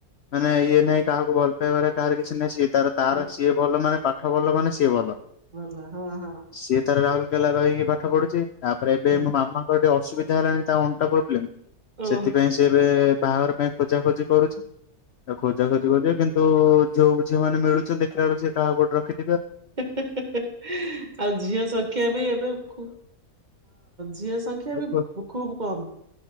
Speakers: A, on the left; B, on the right.
A: ମାନେ ଇଏ ନହିଁ କାହାକୁ ଭଲ ପାଇବାରେ କାହାର କିଛି ନାହିଁ, ସିଏ ତାର ତାର
B: ଏ,
A: ସିଏ ଭଲ ମାନେ ପାଠ ଭଲ ମାନେ ସିଏ ଭଲ।
B: ଭଲ ହଁ ହଁ।
A: ସିଏ ତାର ରାଉରକେଲା ରହିକି ପାଠ ପଢୁଛି, ତାପରେ ଏବେ
B: ହଁ।
A: ମୋ ମାମାଙ୍କ ଟିକେ ଅସୁବିଧା ହେଲାଣି ତା ଅଣ୍ଟା ପ୍ରୋବ୍ଲେମ
B: ଓ।
A: ସେଥିପାଇଁ ସେ ଏବେ ବାହାଘର ପାଇଁ ଖୋଜାଖୋଜି କରୁଛିଉ, ଖୋଜାଖୋଜି କରୁିବ କିନ୍ତୁ ତୁ ଯୋଉ ମମାନେ ମିଳୁଛନ୍ତି ଖିଲାଳୁ ସ କାହା ଗୋଟେ ରଖି
B: ଆଉ ଝିଅ ସଂଖ୍ୟା ବି ଏବେ ହଁ ଜିଅ ସଂଖ୍ୟା
A: ଆଉ।
B: ବି ଖୁବ କମ୍